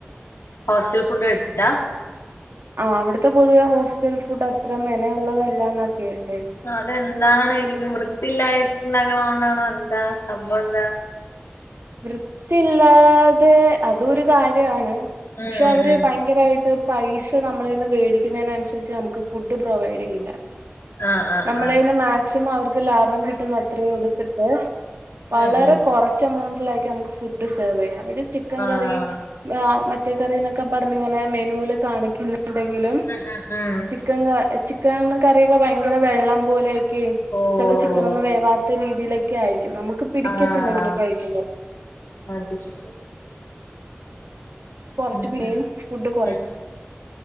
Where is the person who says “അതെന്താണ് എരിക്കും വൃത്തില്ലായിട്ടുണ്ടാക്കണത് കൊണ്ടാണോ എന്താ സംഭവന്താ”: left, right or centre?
Left